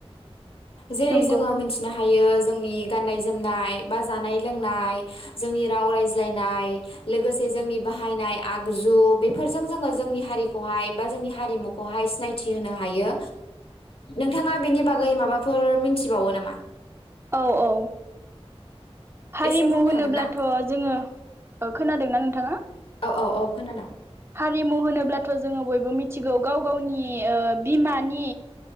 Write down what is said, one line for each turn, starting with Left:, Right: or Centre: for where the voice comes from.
Left: जेरै
Right: नंगौ
Left: जोङो मिथिनो हायो जोंनि गाननाय जोमनाय बा जानाय लोंनाय जोंनि राव रायज्लायनाय लोगोसे जोंनि बाहायनाय आगजु बेफोरजों जोङो जोंनि हारिखौहाय बा जोंनि हारिमु खौहाय सिनायथि होनो हायो नोंथाङा बेनि बागै <unintelligible> माबाफोर मिथिबावो नामा?
Right: औ औ। हारिमु
Left: एसे बुंनो
Right: होनोब्लाथ'
Left: हागोन ना
Right: जोङो ओ खोनादोंना नोंथाङा?
Left: औ औ औ खोनादों।
Right: हारिमु होनोब्लाथ' जोङो बयबो मिथिगौ गाव गावनि ओ बिमानि